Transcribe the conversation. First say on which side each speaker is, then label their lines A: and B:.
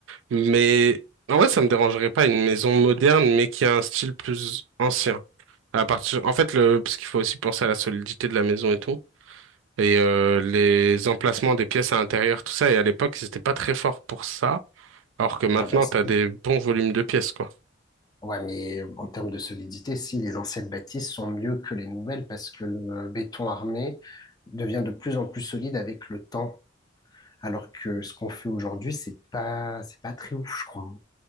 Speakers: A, on the right; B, on the left.
A: Mais en vrai, ça me dérangerait pas une maison moderne, mais qui a un style plus ancien. À partir, en fait, le, parce qu'il faut aussi penser à la solidité de la maison et tout, et euh, les emplacements des pièces à l'intérieur, tout ça. Et à l'époque, ils étaient pas très forts pour ça, alors que maintenant,
B: Ah bah si.
A: t'as des bons volumes de pièces, quoi.
B: Ouais, mais en termes de solidité, si les anciennes bâtisses sont mieux que les nouvelles parce que le béton armé devient de plus en plus solide avec le temps. Alors que ce qu'on fait aujourd'hui, c'est pas, c'est pas très ouf, je crois.